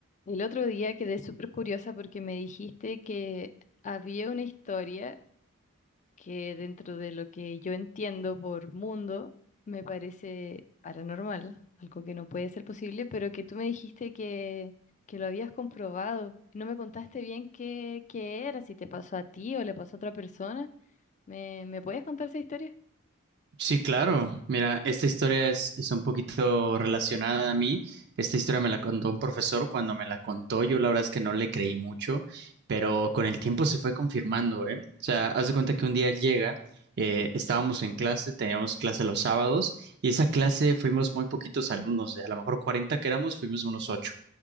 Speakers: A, on the left; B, on the right.
A: El otro día quedé súper curiosa porque me dijiste que había una historia que dentro de lo que yo entiendo por mundo me parece paranormal, algo que no puede ser posible, pero que tú me dijiste que, que lo habías comprobado. No me contaste bien qué, qué era, si te pasó a ti o le pasó a otra persona. ¿Me, me puedes contar esa historia?
B: Sí, claro. Mira, esta historia es, es un poquito relacionada a mí. Esta historia me la contó un profesor cuando me la contó. Yo la verdad es que no le creí mucho, pero con el tiempo se fue confirmando, ¿eh? O sea, haz de cuenta que un día llega, eh, estábamos en clase, teníamos clase los sábados y esa clase fuimos muy poquitos alumnos, de a lo mejor 40 que éramos, fuimos unos 8.